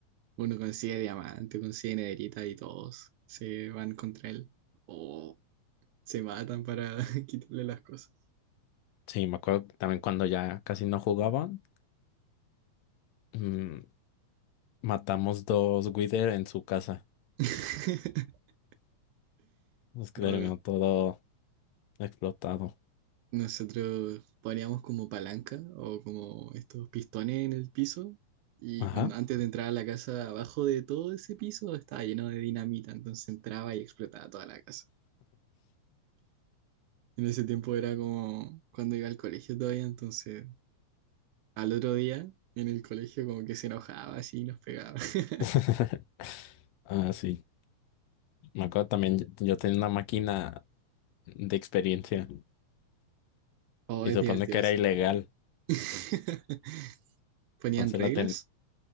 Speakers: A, on the right; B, on the left.
A: uno consigue diamante, consigue nederita y todos se van contra él o se matan para <laughs> quitarle las cosas.
B: Sí, me acuerdo que también cuando ya casi no jugaban, mm, matamos dos Wither en su casa.
A: <laughs>
B: Nos que
A: No,
B: terminó
A: no,
B: todo explotado.
A: Nosotros poníamos como palanca o como estos pistones en el piso y
B: Ajá.
A: cuando antes de entrar a la casa, abajo de todo ese piso estaba lleno de dinamita, entonces entraba y explotaba toda la casa. En ese tiempo era como cuando iba al colegio todavía, entonces al otro día en el colegio como que se enojaba así y nos pegaba. <laughs>
B: <laughs> Ah, sí. Me acuerdo también, yo yo tenía una máquina de experiencia
A: Oh,
B: y
A: es
B: se
A: divertido
B: supone que
A: eso.
B: era ilegal.
A: <laughs> ¿Ponían
B: Entonces
A: reglas?
B: la ten...